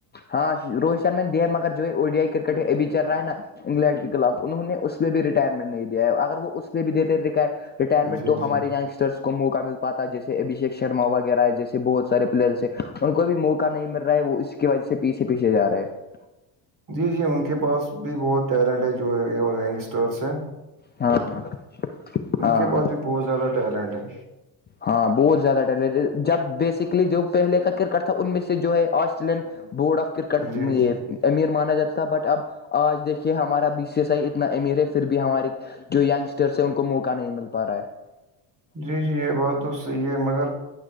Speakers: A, on the left; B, on the right.
A: ہاں روہت شرم نے دیا ہے مگر جو ہے او ڈی آئی کرکٹ میں ابھی چل رہا ہے نا انگلینڈ کے خلاف انہوں نے اس میں بھی ریٹائرمنٹ نہیں دیا ہے اگر وہ اس میں بھی دیتے ریٹائرمنٹ
B: جی
A: تو ہمارے
B: جی
A: یونگسٹرس موقع مل پیٹ جیسے ابھیشیک شرم وغیرہ ہے جیسے بہت سارے پلیئرس ہیں ان کو بھی موقع نہیں مل رہا ا ہے وہ اس کی وجہ سے پیچھے پیچھے جا رہے ہیں
B: جی جی ان کے پاس بھی بہت ٹیلنٹ ہے جو ینگسٹرس ہے
A: ہاں ہاں
B: ان
A: ہاں
B: کے
A: ہاں
B: پاس بھی بہت زیادہ ٹیلنٹ ہے
A: ہاں بہت زیادہ ٹلنٹ جب بیسکلی جو پہلے کا کرکٹ تھا ان میں سے جو ہے آج چلڈ بورڈ آف کررکٹ
B: جی
A: یہ
B: جی
A: امیر مانا جاتا تھا بٹ اب آج دیکھیے ہمارا بی سی ایس آئی اتنا امیر ہے پھر بھی ہماریے جو ینگسٹرس ہیں ان کو موقع نہیں مل پا رہا ہے
B: جی جی یہ بات تو صحیح ہے مگر